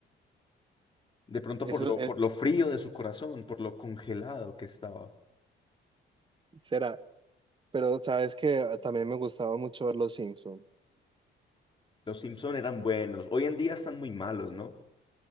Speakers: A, on the left; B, on the right.
A: De pronto
B: Eso
A: por lo,
B: eh,
A: por lo frío de su corazón, por lo congelado que estaba.
B: será. Pero sabes que también me gustaba mucho ver Los Simpson.
A: Los Simpson eran buenos. Hoy en día están muy malos, ¿no?